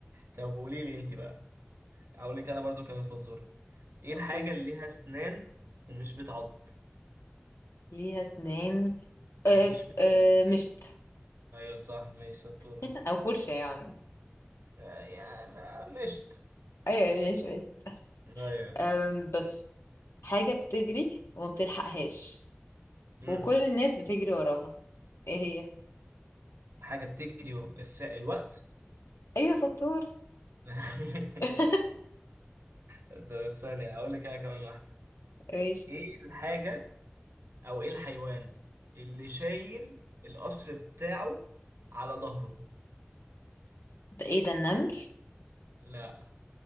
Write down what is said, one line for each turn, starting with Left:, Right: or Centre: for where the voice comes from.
Right: طب قولي لي أنت بقى أقول لك أنا برضو كمان فزورة إيه
Left: اوكي
Right: الحاجة اللي ليها أسنان ومش بتعض
Left: ليها اسنان آه
Right: ومش بتعض
Left: آه مشت
Right: أيوة صح ماشي شطورة
Left: <laughs> او فرشة يعني
Right: آه، يا ما مشت
Left: ايوه مش مشت
Right: أيوة
Left: أم بس حاجة بتجري وما بتلحقهاش
Right: مم.
Left: وكل الناس بتجري وراها ايه هي
Right: حاجة بتجري و- الس... الوقت
Left: ايوه شطور
Right: <laughs>
Left: <laughs>
Right: طب استني اقول لك انا كمان واحدة
Left: ماشي
Right: ايه الحاجة او ايه الحيوان اللي شايل القصر بتاعه على ظهره
Left: ده ايه ده النمل
Right: لا